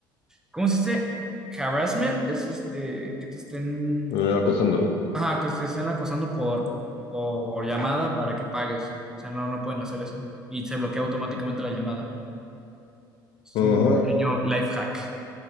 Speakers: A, in the centre; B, on the left.
A: ¿cómo se dice? Harassment, es este, que te estén
B: Eh, acosando.
A: Ajá, que te estén acosando por, por llamada para que pagues. O sea, no, no pueden hacer eso. Y se bloquea automáticamente la llamada. Es
B: Ajá.
A: un pequeño life hack.